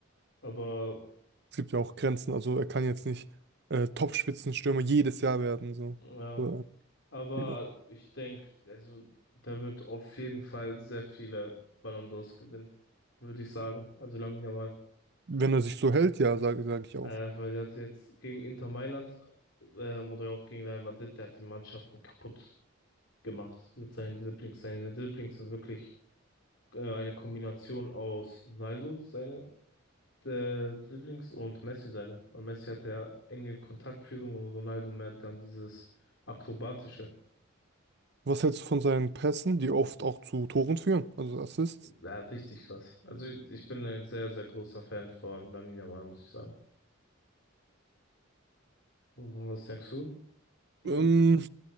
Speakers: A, on the left; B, on the right.
A: Aber,
B: es gibt ja auch Grenzen. Also er kann jetzt nicht äh, Top-Spitzenstürmer jedes Jahr werden. So.
A: äh,
B: Oder
A: aber
B: wieder.
A: ich denke, also der wird auf jeden Fall sehr viele Ballon d'Ors gewinnen, würde ich sagen. Also Lamine Yamal.
B: Wenn er sich so hält, ja, sage sag ich auch.
A: Äh, weil der hat jetzt gegen Inter Mailand ähm, oder auch gegen Real Madrid, der hat die Mannschaften kaputt gemacht mit seinen Dribblings. Seine Dribblings sind wirklich äh, eine Kombination aus Ronaldo, seine äh, Dribblings und Messi seine. Und Messi hat ja enge Kontaktführung und Ronaldo mehr dann dieses Akrobatische.
B: Was hältst du von seinen Pässen, die oft auch zu Toren führen, also Assists?
A: Ja, richtig krass. Also ich bin ein sehr, sehr großer Fan von Lamine Yamal, muss ich sagen. Und Was denkst du über
B: Ähm,
A: den?